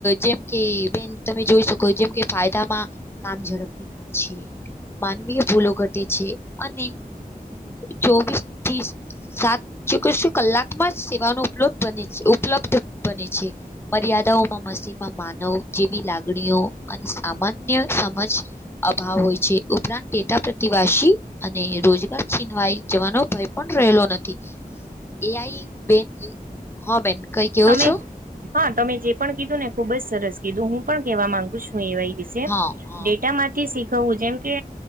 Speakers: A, on the left; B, on the right.
A: જેમ કે બેન તમે જોઈ શકો જેમ કે ફાયદામાં. કામ ઝડપથી થાય છે, માનવીય ભૂલો ઘટે છે અને. ચોવીસ ત્રીસ. સાત ચોકસો કલાકમાં સેવાનો્ ઉપલબ્ધ બને છે ઉપલબ્ધ બને છે, મર્યાદા. ખાડાઓમાં મશીનમાં માનવ જેવી લાગણીઓ અને સામાન્ય. સમજ અભાવ હોય છે, ઉપરાંત ડેટા પ્રતિવાસી અને રોજગાર છીનવાઈ. જવાનો ભય પણ રહેલો નથી.
B: <inaudible>
A: એ આઈ બેન હ બેન કઈ કેવો
B: તમે
A: છો
B: હા તમે જે પણ કીધું ને ખુબ જ સરસ કીધું હું પણ કહેવા માંગુ છું. એવા વિશે
A: હા હા
B: ડેટામાંથી કહવું જેમ કે